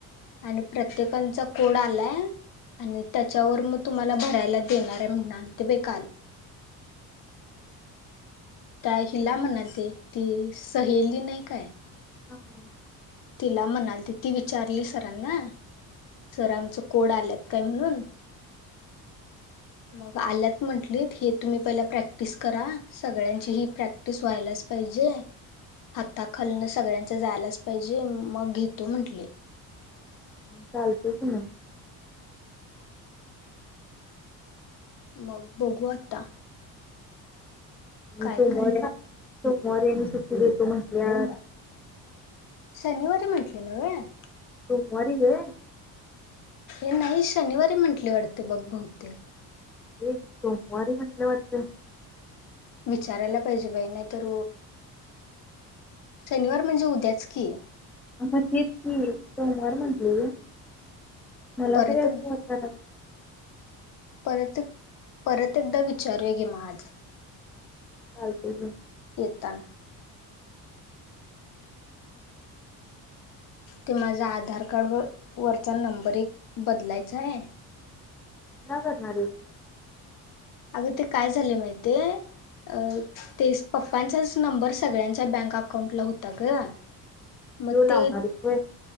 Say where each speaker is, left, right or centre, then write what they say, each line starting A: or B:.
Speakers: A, on the left (about 60°); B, in the centre.
A: आणि प्रत्येकांचा. कोड आलाय आणि त्याच्यावर मग. तुम्हाला भरायला देणार आहे म्हणालते बाई काल. त्या हिला म्हणालते ती सहेली नाही काय?
B: हम हम.
A: तिला म्हणालती. ती विचारली सरांना -- सर आमचं कोड आल्यात काय? म्हणून मग आल्यात म्हंटलीत, हे तुम्ही पहिला प्रॅक्टिस करा सगळ्यांची ही प्रॅक्टिस व्हायलाच पाहि जे, हाता खालनं सगळ्यांच्या जायलाच -- पाहिजे मग घेतो म्हटले.
B: चालतेय की मग.
A: मग बघू आता.
B: आणि
A: काय
B: सोमवारी,
A: काय
B: सोमवारी आणि सुटी देतो म्हटल्यात.
A: शनिवारी म्हंटलेलं व्हय?
B: सोमवारी गं.
A: ए नाही शनिवारी म्हंटले वाटते बघ बहुतेक.
B: सोमवारी म्हटलं वाटतं.
A: विचारायला पाहिजे बाई नाही तर शनिवार म्हणजे उद्याच की.
B: हा म तेच की सोमवार म्हटले मला
A: परत
B: तरी अस वाटतय ना --
A: परत एक परत एकदा विचारूया घे म आज.
B: चालतय की --
A: येताना. ते माझ्या आधार कार्ड वर वरचा नंबर एक बदलायचाय.
B: का करणार हैस.
A: अगं ते काय झालयं माहितीयं? अ ते पप्पांचाच नंबर सगळ्यांच्या बँक अकाउंटला होता ग. मग
B: तो लावणार
A: ते
B: हैस होय.